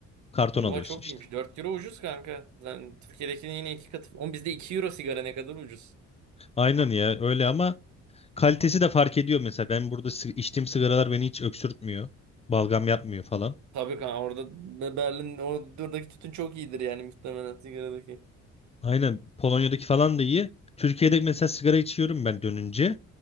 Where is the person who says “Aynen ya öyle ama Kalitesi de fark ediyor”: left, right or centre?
Left